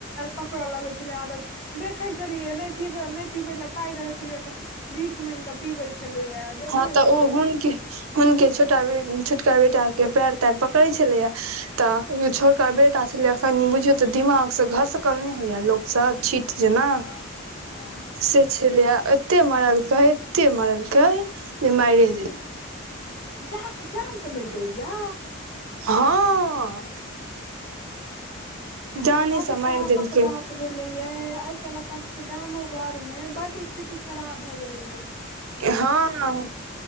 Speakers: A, on the left (about 55°); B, on the right (about 80°).
A: पकड़य लगैत छलै आदत देखैत छलियै नहि पीबै नहि पीबै लए पाइ रहै छलियै तऽ बिख माग कऽ पीबै छलैया देखने
B: हँ तऽ
A: छियै
B: ओ हुनके हुनके छोटा बे छोटका बेटा के पैर तैर पकड़े छलैया ता छोटका बेटा छलै एखन बुझियौ तऽ दिमाग से घसकलने होइया लोक सब छीट जेना
A: हँ हँ
B: से छलिय एते मरल कहे एते मरल <unintelligible>
A: ह जा जा जानसँ मढ़ गेलैया
B: हँ
A: ई
B: जाने
A: तो बड
B: से
A: खरापक
B: मारि देलकै
A: बात भेले ये आइ काल् अपना सबके गामो घर मे बड स्थिति खराब भ गेले य
B: हँ